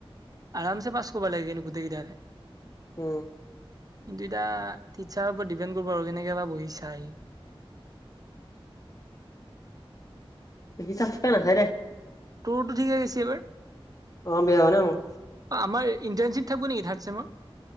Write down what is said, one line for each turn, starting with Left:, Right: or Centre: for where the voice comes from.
Right: আৰামচে পাছ ক'ব লাগে নো গোটেইগিটাৰ।
Left: উম।
Right: কিন্তু এতিয়া, টিচাৰৰ ওপৰত ডিপেণ্ড কৰিব আৰু কেনেকে বা বহি চাই।
Left: বেছি চাফকে নাচাই দে।
Right: তোৰটো ঠিকে আহিছে এইবাৰ?
Left: অ' বেয়া হোৱা নাই মোৰ।
Right: আমাৰ ইণ্টাৰ্শ্বিপ থাকিব নেকি থাৰ্দ ছেমত?